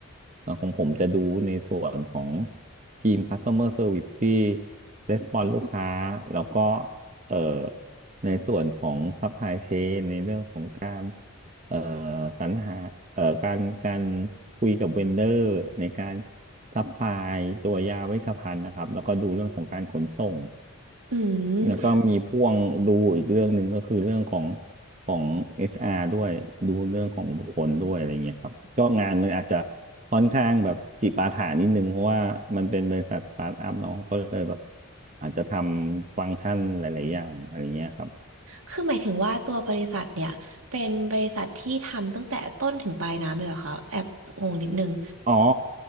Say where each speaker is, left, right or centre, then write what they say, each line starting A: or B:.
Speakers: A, on the right (about 35°); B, on the right (about 80°).
A: เอ่อของผมจะดูในส่วนของทีม Customer Service ที่ Response ลูกค้า แล้วก็เอ่อในส่วนของ Supply Chain ในเรื่องของการเอ่อสรรหาเอ่อการการคุยกับเวนเดอร์ในการซัพพลายตัวยาเวชภัณฑ์นะครับ แล้วก็ดูเรื่องของการขนส่ง
B: อืม
A: แล้วก็มีพ่วงดูอีกเรื่องหนึ่งก็คือเรื่องของของ HR ด้วยดูเรื่องของบุคคลด้วยอะไรเงี้ยครับก็งานมันอาจจะค่อนข้างแบบจิปาถะนิดนึงเพราะว่ามันเป็นบริษัทสตาร์ทอัพเนาะก็เลยแบบอาจจะทำฟังก์ชันหลายๆอย่างอะไรเงี้ยครับ
B: คือหมายถึงว่าตัวบริษัทเนี่ยเป็นบริษัทที่ทำตั้งแต่ต้นถึงปลายน้ำเลยเหรอคะแอบงงนิดนึง
A: อ๋อ